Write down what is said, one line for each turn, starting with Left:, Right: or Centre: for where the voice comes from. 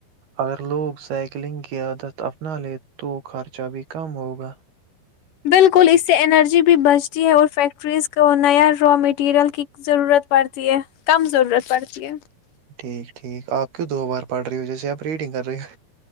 Right: اگر لوگ سائیکلنگ کی عادت اپنا لے تو خرچہ بھی کم ہو گا
Left: بالکل اس سے انرجی ج بھی بچتی ہے اور فیکٹری ٹریز کو نیا را میٹیریل کی ضرورت پڑتی ہے کم ضرورت پڑتی ہے
Right: ٹھیک ٹھیک آپ کیوں دو بار پڑھ رہی ہو جیسے آپ ریڈنگ کر رہی ہو